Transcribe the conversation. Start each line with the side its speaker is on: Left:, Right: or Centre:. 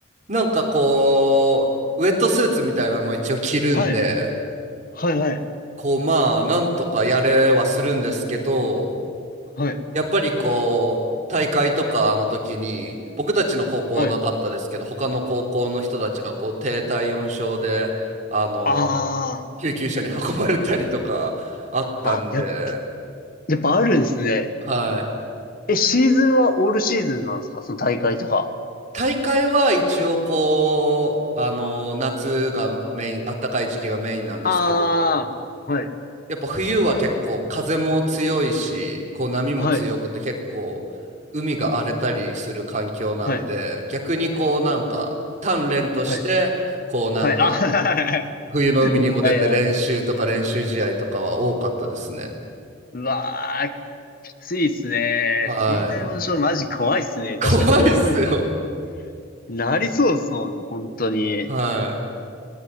Right: なんかこうウェットスーツみたいなの一応着るんで
Left: <laughs> はい、はい、はい、
Right: こうまあなんとかやれはするんですけど
Left: はい、
Right: やっぱりこう、大会とかの時に、僕たちの高校はなかったですけど、
Left: はい。
Right: 他の高校の人たちがこう、低体温症で、あの、
Left: あ
Right: 救急車に運ばれたりとかあったんで、
Left: あ、あ、や、やっぱあるんですね。
Right: はい。
Left: え、シーズンはオールシーズンなんですかその大会とか。
Right: 大会は一応こう、あの、夏がメイン、暖かい時期がメインなんですけど、
Left: ああ、はい、
Right: やっぱ冬は結構風も強いし、こう波も強くて結構海が荒れたりする環境なんで、
Left: はい、はい、
Right: 逆にこうなんか鍛錬として、
Left: はい、
Right: こうなんか
Left: はい、あ、<laughs> は
Right: 冬の海にも出て練習とか練習試合とかは多かったですね。
Left: い、はい。うわあ、きついっすね。
Right: はい。
Left: 低体温症マジ怖いっすね。
Right: <laughs> 怖いっすよ。
Left: 確かそうなると。なりそうですもん、本当に。
Right: は